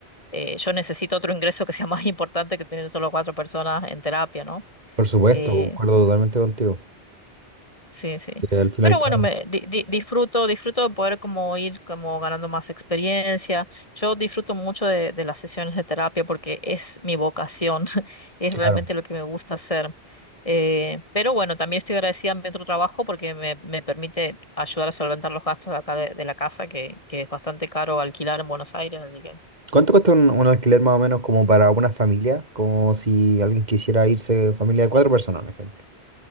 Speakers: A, on the left; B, on the right.
A: eh, yo necesito otro ingreso que sea más importante que tener solo cuatro personas en terapia, ¿no?
B: Por supuesto,
A: Eh,
B: concuerdo totalmente contigo.
A: Sí, sí.
B: Eh, Al final,
A: Pero
B: claro.
A: bueno, me di- di- disfruto, disfruto de poder como ir como ganando más experiencia. Yo disfruto mucho de, de las sesiones de terapia porque es mi vocación, <laughs> es
B: Claro.
A: realmente lo que me gusta hacer. Eh, pero bueno, también estoy agradecida a mi otro trabajo porque me, me permite ayudar a solventar los gastos de acá de, de la casa, que, que es bastante caro alquilar en Buenos Aires, así que
B: ¿Cuánto cuesta un, un alquiler más o menos como para una familia? Como si alguien quisiera irse, familia de cuatro personas, por ejemplo.